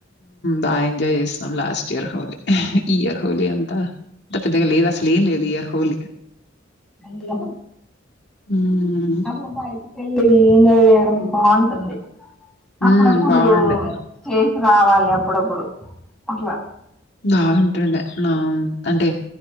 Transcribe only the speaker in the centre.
అయ్యో
అలా బయ వెళ్ళలి న చేయడం బాగుంటుంది
అప్పుడప్పుడు
చే రావాలి అప్పుడప్పుడు అట్లా